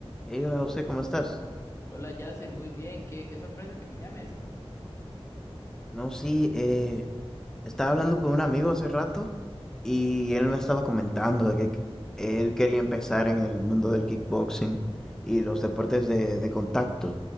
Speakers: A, in the centre; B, on the left.
A: Hey, hola José, ¿cómo estás?
B: Hola Yasser, muy bien, qué, qué sorpresa que me llames.
A: No, sí, eh, estaba hablando con un amigo hace rato y él me estaba comentando de que él quería empezar en el mundo del kickboxing y los deportes de, de contacto.